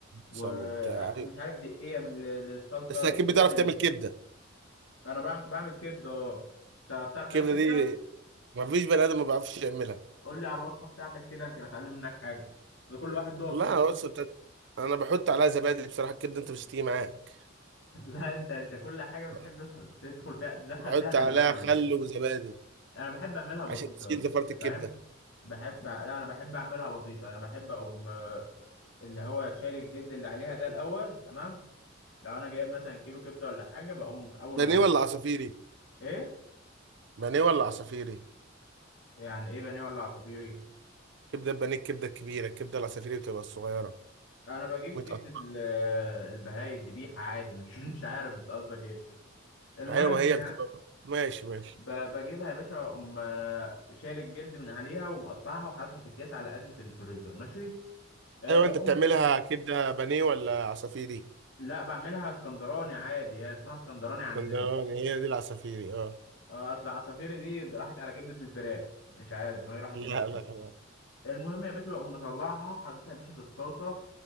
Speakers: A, on the left; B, on the right.
A: ومش
B: بصل وبتاع ايوه
A: عارف دقيقة من- للصلصة
B: بس
A: دقيقة
B: اكيد بتعرف
A: لل
B: تعمل كبده
A: أنا بعمل بعمل كبدة أه أنت بتعرف
B: الكبده
A: تعمل كبدة؟
B: دي ما فيش بني ادم ما بيعرفش يعملها
A: قول لي على الوصفة بتاعتك كده يمكن أتعلم منك حاجة بس كل واحد له وصفته
B: لا بص بتت... انا بحط عليها زبادي بصراحه الكبده انت مش هتيجي معاك
A: <laughs> لا أنت أنت كل حاجة بتحب
B: ب-
A: تدخل فيها تدخل
B: بحط
A: فيها الألبان
B: عليها
A: ولا
B: خل
A: إيه؟
B: وزبادي
A: أنا بحب أعملها بسيطة
B: عشان تشيل
A: أصلا
B: زفاره
A: أنت
B: الكبده
A: فاهم؟ بحب لا أنا بحب أعملها بسيطة أنا بحب أقوم آه، اللي هو شاري الجلد اللي عليها ده الأول تمام؟ لو أنا جايب مثلا كيلو كبدة ولا حاجة بقوم أول
B: بانيه
A: ما أجيب
B: ولا عصافيري
A: إيه؟
B: بانيه ولا عصافيري
A: يعني إيه بانيه ولا عصافيري؟
B: كبده البانيه الكبده الكبيره الكبده العصافيري بتبقى الصغيره
A: انا بجيب
B: متقطعه
A: كبده ال- البهاية الذبيحه عادي مش <laughs> مش عارف انت قصدك ايه المهم
B: ايوه ما هي
A: يعني
B: بتبقى ماشي ماشي
A: ب- بجيبها يا باشا اقوم آه، شايل الجلد من عليها ومقطعها وحاططها في الكيس على قد في الفريزر ماشي أه
B: ايوه
A: بقوم
B: انت بتعملها كبده بانيه ولا عصافيري
A: لا بعملها اسكندراني عادي هي اسمها اسكندراني عندنا
B: اسكندراني هي دي العصافيري اه
A: آه، اصل عصافيري دي راحت على كبده الفراخ مش عارف دماغي راحت
B: لا
A: هناك
B: لا لا
A: المهم يا باشا بقوم مطلعها حاططها يا باشا في الطاسة